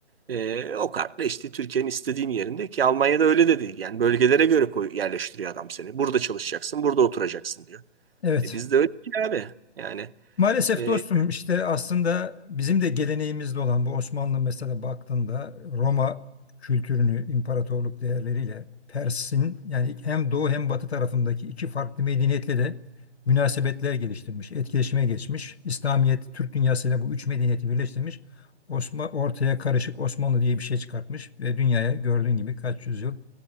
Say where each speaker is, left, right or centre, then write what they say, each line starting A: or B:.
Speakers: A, on the right; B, on the left.
A: Ee, o kartla işte Türkiye'nin istediğin yerinde ki Almanya'da öyle de değil. Yani bölgelere göre koy, yerleştiriyor adam seni. Burada çalışacaksın, burada oturacaksın diyor.
B: Evet.
A: E, bizde öyle değil abi. Yani
B: Maalesef
A: e,
B: dostum işte aslında bizim de geleneğimizde olan bu Osmanlı mesela baktığında Roma kültürünü imparatorluk değerleriyle Pers'in yani hem doğu hem batı tarafındaki iki farklı medeniyetle de münasebetler geliştirmiş, etkileşime geçmiş. İslamiyet, Türk dünyasıyla bu üç medeniyeti birleştirmiş. Osma, ortaya karışık Osmanlı diye bir şey çıkartmış ve dünyaya gördüğün gibi kaç yüzyıl